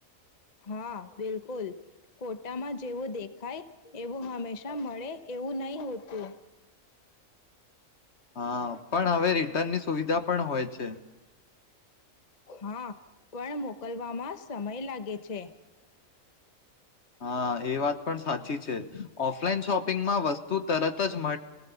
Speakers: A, on the left (about 35°); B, on the left (about 55°).
A: હા બિલકુલ ફોટામાં જેવું દેખાય એવું હંમેશા મળે એવું નહી હોતું.
B: હા પણ હવે રિટર્નની સુવિધા પણ હોય છે.
A: હા પણ મોકલવામાં સમય લાગે છે.
B: હા એ વાત પણ સાચી છે ઓફલાઈન શોપિંગમાં વસ્તુ તરત જ જ